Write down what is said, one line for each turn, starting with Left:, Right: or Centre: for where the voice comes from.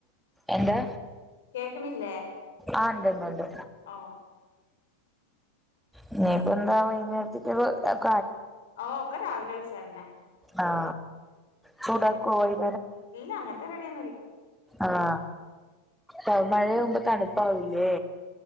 Centre: എന്താ
Left: കേക്കാണില്ലോ
Centre: ആാ ഇണ്ട് ഇണ്ട് ഇണ്ട്
Left: ഓ
Centre: ഇനി ഇപ്പം എന്താ വൈന്നേരത്തേക്ക് <unintelligible>
Left: ഓ ഒക്കെ രാവലെ വെച്ചോന്നേ
Centre: ആാ ചൂടാ <unintelligible>
Left: ഇല്ലാ അങ്ങത്തെ റെഡിയെ
Centre: ആാ അ മഴയാവുമ്പോ തണ്പ്പാവുല്ലേ